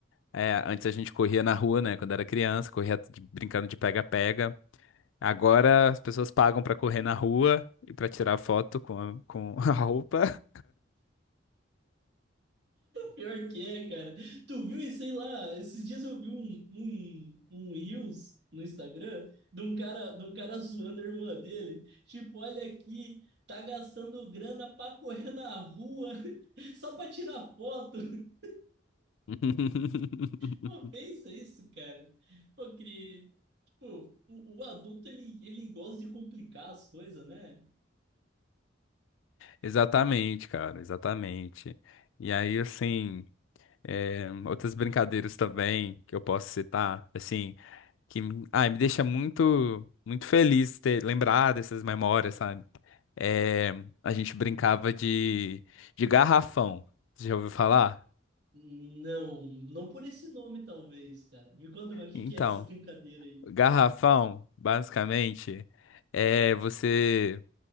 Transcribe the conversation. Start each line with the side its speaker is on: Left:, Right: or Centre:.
Left: É, antes a gente corria na rua, né? Quando era criança, corria de- brincando de pega-pega. Agora as pessoas pagam pra correr na rua e pra tirar foto com a, com a roupa.
Right: Pior que é, cara. Tu viu, e sei lá, esses dias eu vi um, um, um Reels no Instagram de um cara, de um cara zoando a irmã dele. Tipo, olha aqui, tá gastando grana pra correr na rua <laughs> só pra tirar foto. <laughs>
Left: <laughs>
Right: Pô, pensa isso, cara. Pô, que, tipo, o, o adulto, ele, ele gosta de complicar as coisas, né?
Left: Exatamente, cara, exatamente. E aí, assim, é, outras brincadeiras também que eu posso citar, assim, que me- ai, me deixa muito muito feliz ter lembrado essas memórias, sabe? É, a gente brincava de, de garrafão. Você já ouviu falar?
Right: Não, não por esse nome, talvez, cara. Me conta, mas o que
Left: Então,
Right: que é essa <laughs> brincadeira aí?
Left: garrafão, basicamente, é você